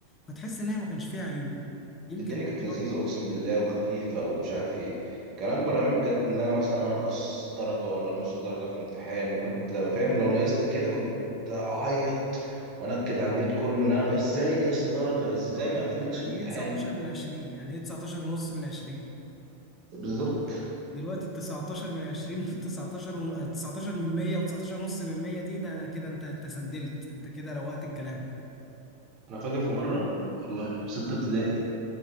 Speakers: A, on the left; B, on the right.
A: فتحس ان هي ما كانش فيها عيوب يمكن
B: الدنيا
A: العيب
B: كانت
A: الوحيد
B: لذيذه اقسم بالله وخفيفه ومش عارف ايه كان اكبر همي بجد ان انا مثلا انقص درجه ولا نص درجه في امتحان وكنت فاهم لو نقصت كده كنت اعيط وانكد على البيت كله ان انا نقصت- ازاي نقصت درجه ازاي
A: اه
B: ما قفلتش
A: يعني يعني
B: الامتحان
A: ايه 19 من 20 يعني ايه 19 ونص من 20
B: بالظبط
A: دلوقتي ال 19 من 20 وال 19 ون- 19 <laughs> من 100 و19 ونص من 100 دي ده ده كده انت انت سندلت انت كده روقت الكلام
B: انا فاكر في مره والله في ستة ابتدائي